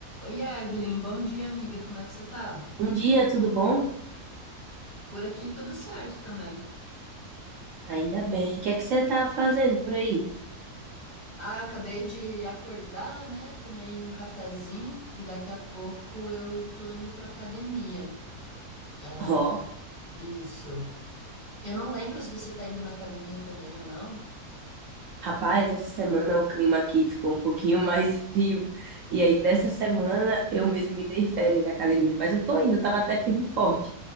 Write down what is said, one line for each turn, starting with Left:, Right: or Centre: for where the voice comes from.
Left: Oi, Evelyn, bom dia, amiga. Como é que você tá?
Right: Bom dia, tudo bom?
Left: Por aqui tudo certo também.
Right: Ainda bem. O que é que você tá fazendo por aí?
Left: Ah, eu acabei de acordar, né? Tomei um cafezinho e daqui a pouco eu tô indo pra academia. É,
Right: Ó,
Left: isso. Eu não lembro se você tá indo na academia também ou não.
Right: rapaz, essa semana o clima aqui ficou um pouquinho <laughs> mais frio. E aí, dessa semana, eu mesmo me dei férias da academia. Mas eu tô indo, tava até firme e forte.